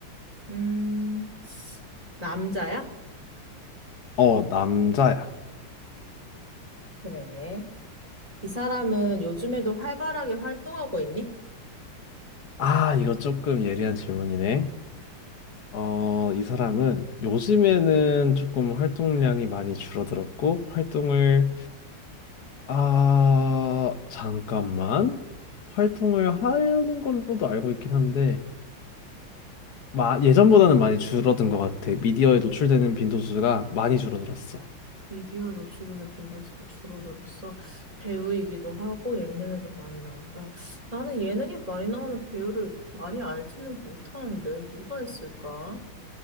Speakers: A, on the right; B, on the left.
A: 음, 남자야?
B: 어, 남자야.
A: 그래. 이 사람은 요즘에도 활발하게 활동하고 있니?
B: 아, 이거 조금 예리한 질문이네. 어, 이 사람은 요즘에는 조금 활동량이 많이 줄어들었고, 활동을, 아, 잠깐만. 활동을 하는 걸로도 알고 있긴 한데, 마, 예전보다는 많이 줄어든 것 같아. 미디어에 노출되는 빈도수가 많이 줄어들었어.
A: 미디어에 노출되는 빈도수가 줄어들었어. 배우이기도 하고 예능에도 많이 나온다. 나는 예능에 많이 나오는 배우를 많이 알지는 못하는데 누가 있을까?